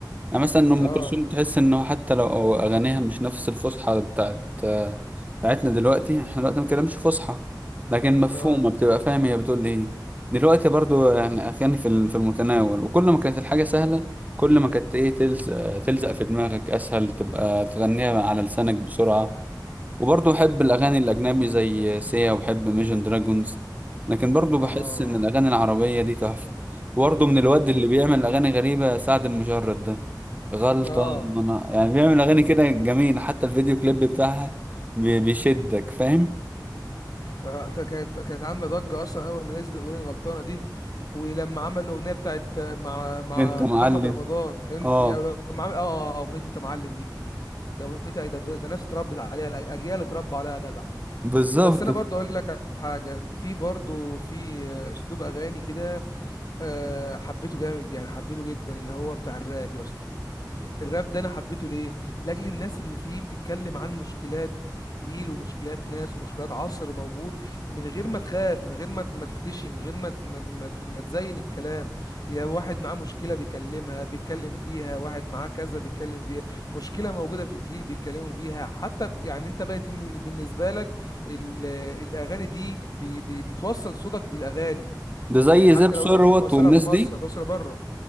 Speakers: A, on the right; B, on the left.
A: يعني مثلا ام
B: اه
A: كلثوم تحس انه حتى لو اغانيها مش نفس الفصحى بتاعت بتاعتنا دلوقتي احنا دلوقتي ما بنتكلمش فصحى لكن مفهومه
B: اه
A: بتبقى فاهم هي بتقول ايه دلوقتي برضو يعني اغاني في ال- في المتناول وكل ما كانت الحاجه سهله كل ما كانت ايه تلزق, تلزق في دماغك اسهل تبقى تغنيها على لسانك بسرعه وبرضه بحب الأغاني الأجنبي زي سيا وبحب ميجن دراجونز لكن برضه بحس
B: اه
A: إن الأغاني العربية دي تحفة وبرضه من الواد اللي بيعمل أغاني غريبة سعد المجرد ده غلطة
B: اه
A: أنا يعني بيعمل أغاني كده جميلة حتى الفيديو كليب بتاعها بي- بيشدك فاهم
B: آه. انت كانت كانت عامله ضجه اصلا اول ما نزل الاغنيه الغلطانه دي ولما عمل الاغنيه بتاعت مع مع
A: أنت معلم
B: محمد رمضان انت
A: أه
B: يا لما عمل اه اغنيه انت معلم دي ده اغنيه ايه ده, ده, ده ناس اتربت عليها الأ- اجيال اتربوا عليها يا جدع
A: بالظبط
B: بس انا برضه اقول لك على حاجه في برضه في آه، اسلوب اغاني كده آه، حبيته جامد يعني حبيته جدا اللي هو بتاع الراب يا اسطى الراب ده انا حبيته ليه لاجل الناس اللي فيه بتتكلم عن مشكلات جيل ومشكلات ناس ومشكلات عصر موجود من غير ما تخاف من غير ما ما تختشي من غير ما ما ما ما تزين الكلام هي واحد معاه مشكلة بيكلمها بيتكلم بيها واحد معاه كذا بيتكلم بيها مشكلة موجودة في الجيل بيتكلموا بيها حتى يعني انت بقت إن بالنسبة لك ال- الاغاني دي بي بي بتوصل صوتك بالاغاني
A: ده زي
B: يعني حتى
A: زاب
B: لو
A: ثروت
B: انت مش بتوصلها
A: والناس
B: في مصر
A: دي
B: هتوصلها بره